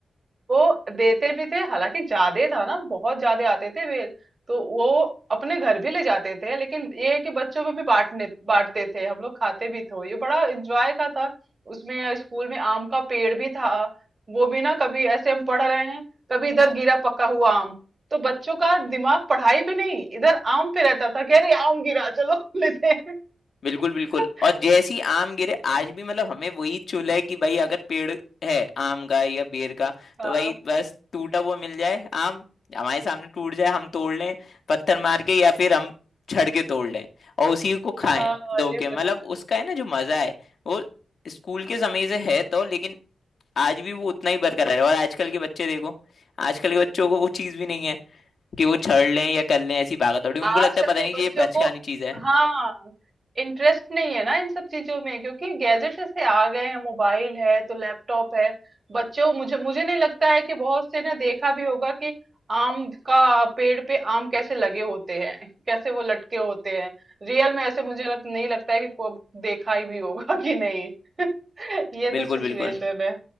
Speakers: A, on the right; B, on the left.
A: वो देते भी थे हालांकि ज्यादा था ना बहुत ज्यादा आते थे बेल तो वो अपने घर भी ले जाते थे लेकिन ये है कि बच्चों में भी बांटने बांटते थे हम लोग खाते भी थे ये बड़ा एंजॉय का था उसमें स्कूल में आम का पेड़ भी था वो भी ना कभी ऐसे हम पढ़ रहे हैं कभी इधर गिरा पका हुआ आम तो बच्चों का दिमाग पढ़ाई पे नहीं इधर आम पे रहता था कि अरे आम गिरा चलो लेते हैं
B: बिल्कुल बिल्कुल
A: <laughs>
B: और जैसी आम गिरे आज भी मतलब हमें वही चूल है कि भाई अगर पेड़ है आम का या बेर का
A: हाँ
B: तो भाई बस टूटा हुआ मिल जाए आम हमारे सामने टूट जाए हम तोड़ लें पत्थर मार के या फिर हम छड़ के तोड़ लें और उसी को खाएं
A: हाँ
B: धो
A: ये
B: के
A: तो
B: मतलब
A: है
B: उसका है ना जो मजा है वो स्कूल के समय से है तो लेकिन आज भी वो उतना ही बरकरार है और आजकल के बच्चे देखो आजकल के बच्चों को वो चीज भी नहीं है कि वो छड़ लें या कर लें ऐसी भागा दौड़ी उनको
A: आजकल
B: लगता है पता
A: के
B: नहीं ये
A: बच्चों
B: बचकानी
A: को
B: चीज है
A: हाँ इंटरेस्ट नहीं है ना इन सब चीजों में क्योंकि गैजेट्स ऐसे आ गए हैं मोबाइल है तो लैपटॉप है बच्चों मुझे मुझे नहीं लगता है कि बहुत से ने देखा भी होगा कि आम का पेड़ पे आम कैसे लगे होते हैं कैसे वो लटके होते हैं रियल में ऐसे मुझे लग, नहीं लगता है कि को- देखा ही भी होगा कि नहीं <laughs> ये
B: बिल्कुल
A: तो सिचुएशन
B: बिल्कुल
A: है